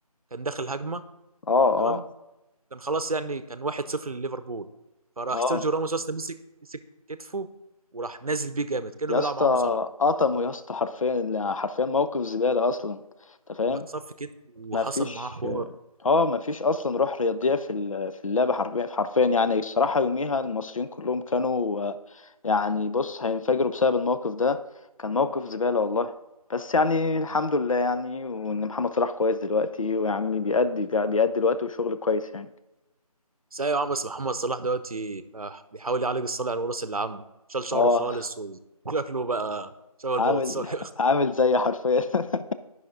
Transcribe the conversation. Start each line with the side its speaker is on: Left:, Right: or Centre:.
Right: كان داخل هجمه
Left: اه اه
Right: تمام كان خلاص يعني كان 1-0 لليفربول فراح
Left: اه
Right: سيرجيو راموس اصلا مسك مسك كتفه وراح نازل بيه جامد كانه
Left: يا
Right: بيلعب
Left: اسطى
Right: معاه مصارعه
Left: قطمه يا اسطى حرفيا حرفيا موقف زبالة اصلا انت فاهم
Right: ايوه اتصف كتفه وحصل
Left: ما فيش
Right: معاه حوار
Left: اه مفيش اصلا روح رياضيه في ال- في اللعبه حرفيا حرفيا يعني الصراحه يوميها المصريين كلهم كانوا آه، يعني بص هينفجروا بسبب الموقف ده كان موقف زباله والله بس يعني الحمد لله يعني وان محمد صلاح كويس دلوقتي ويعني بيأدي بيأدي الوقت وشغل كويس يعني
Right: بس ايوه يا عم بس محمد صلاح دلوقتي آه، بيحاول يعالج الصلع الوراثي اللي عنده شال شعره
Left: اه
Right: خالص وشكله <laughs> بقى شبه البطاطساية
Left: عامل <laughs>
Right: <laughs>
Left: عامل زي حرفيا <laughs>